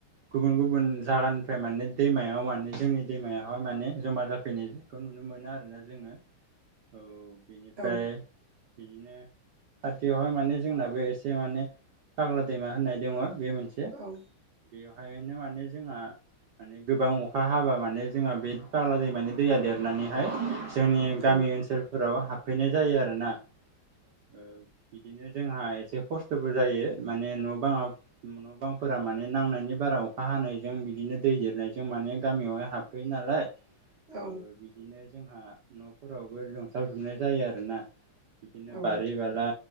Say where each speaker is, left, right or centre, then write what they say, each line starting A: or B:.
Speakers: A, on the right; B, on the right.
A: गुबुन गुबुन जायगानिफ्राय माने दैमायाव माने जोंनि दैमायावहाय माने जमा जाफैनायखौ नुनो मोनो आरोना जोङो औ बेनिफ्राय
B: औ
A: बिदिनो खाथियावहाय माने जोंनाबो एसे माने फाग्ला दैमा होननाय दंङ बे मोनसे
B: औ
A: बेवहायनो माने जोंहा माने गोबां अखा हाबा माने जोंहा बे बाग्ला दै माने दैया देरनानैहाय जों गामि
B: औ
A: ओनसोलफोराव हाबफैनाय जायो आरोना बिदिनो जोंहा एसे खस्थ'बो जायो माने न' बा न' बांफोरा माने नांनायनि बारा अखा हानायजों बिदिनो बिनो दै देरनायजों माने गामियावहाय हाबफैयो नालाय ओ‌
B: औ
A: बिदिनो जोंहा न'फोरावबो लोमसाव जोबनाय जायो आरोना बिदिनो
B: औ
A: बारि बाला